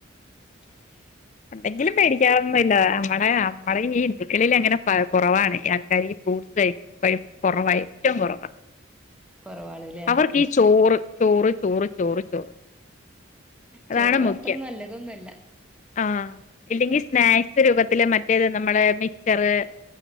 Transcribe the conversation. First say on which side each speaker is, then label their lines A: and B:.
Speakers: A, in the centre; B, on the left.
A: <unintelligible>
B: ഉണ്ടങ്കിലും മേടിക്കാറൊന്നുമില്ല, നമ്മടെ നമ്മടെ ഈ ഹിന്ദുക്കളിൽ അങ്ങനെ പ കൊറവാണ്, ഈ ആൾക്കാര് ഫ്രൂട്ട്സ് <inaudible> എപ്പഴും കൊറവാ ഏറ്റവും കൊറവാ
A: കുറവാണ്ല്ലേ
B: അവർക്കീ ചോറ് ചോറ് ചോറ് ചോറ് ചോറ് അതാണ്
A: ചോറ്
B: മുഖ്യം
A: അത്ര നല്ലതൊന്നുല്ല
B: ആഹ് ഇല്ലെങ്കിൽ സ്നാക്സ് രൂപത്തില് മറ്റേത് നമ്മളെ മിച്ചറ്